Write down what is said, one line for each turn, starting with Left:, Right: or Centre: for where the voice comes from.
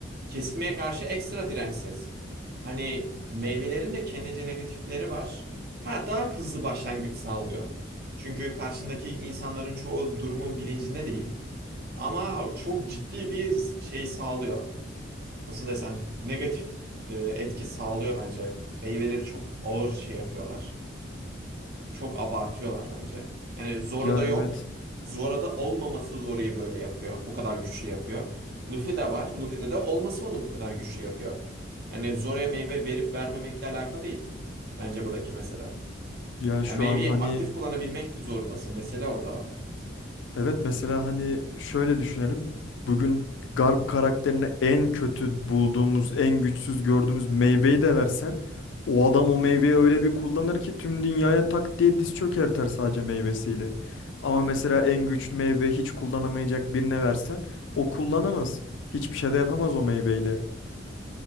Right: Kesilmeye karşı ekstra dirençsiz. Hani meyvelerin de kendince negatifleri var. Ha daha hızlı başlangıç sağlıyor. Çünkü karşındaki insanların çoğu durumun bilincinde değil. Ama çok ciddi bir şey sağlıyor. Nasıl desem negatif e, etki sağlıyor bence. Meyveleri çok ağır şey yapıyorlar. Çok abartıyorlar bence. Yani Zoro'da
Left: Ya
Right: yok.
Left: evet.
Right: Zoro'da olmaması Zoro'yu böyle yapıyor. Bu kadar güçlü yapıyor. Luffy'de var. Luffy'de de olması onu bu kadar güçlü yapıyor. Yani Zoro'ya meyve verip vermemekle alakalı değil. Bence buradaki mesele.
Left: Ya şu
Right: Yani meyveyi
Left: an hani
Right: aktif kullanabilmek zorundasın. Mesele orada o.
Left: Evet mesela hani şöyle düşünelim. Bugün Garp karakterine en kötü bulduğumuz, en güçsüz gördüğümüz meyveyi de versen o adam o meyveyi öyle bir kullanır ki tüm dünyaya tak diye diz çökertir sadece meyvesiyle. Ama mesela en güçlü meyve hiç kullanamayacak birine versen o kullanamaz. Hiçbir şey de yapamaz o meyveyle.